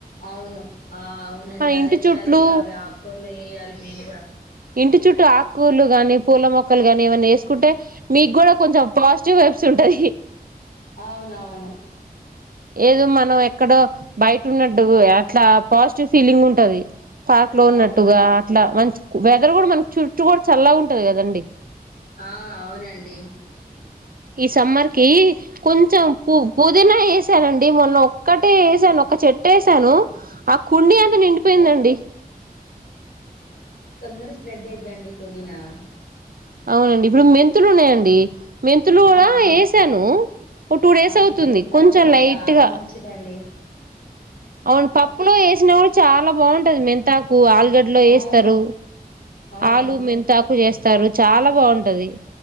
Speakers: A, on the left; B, on the right.
A: అవును ఆ అవునండి అదే
B: ఇంటి
A: చెయ్యాలి
B: చుట్లు
A: ఇప్పుడు అవే ఆకూరలు ఏయ్యాలి మేము కూడా
B: ఇంటి చుట్టూ ఆకుకూరలు గాని పూల మొక్కలు గాని ఇవన్నీ వేసుకుంటే మీకు కూడా కొంచెం పాజిటివ్ వైబ్స్ ఉంటది
A: అవునవును
B: ఏదో మనం ఎక్కడో బయటన్నట్టు అట్లా పాజిటివ్ ఫీలింగ్ ఉంటది పార్క్ లో
A: అవును
B: ఉన్నట్టుగా అట్లా మంచి వెదర్ కూడా మనకి చుట్టూ కూడా చల్లగా ఉంటది కదండి
A: ఆ అవునండి
B: ఈ సమ్మర్ కి కొంచెం పు పుదీనా వేసానండి మొన్న ఒక్కటే వేసాను ఒక చెట్టు వేసాను ఆ కుండి అంత నిండిపోయిందండి
A: తొందర స్ప్రెడ్ అయిద్దండి పుదీనా
B: అవునండి ఇప్పుడు మెంతులు ఉన్నాయండి మెంతులు కూడా
A: ఆ ఆ
B: వేసాను ఓ టూ డేస్
A: అసలు
B: అవుతుంది
A: మెంతాకు
B: కొంచెం లైట్గా
A: చాలా మంచిదండి
B: అవును పప్పులో వేసినా కూడా చాలా బాగుంటది మెంతాకు కు ఆలుగడ్డలో వేస్తారు
A: అవును అవును
B: ఆలు మెంతాకు చేస్ ఏస్తారు చాలా బాగుంటది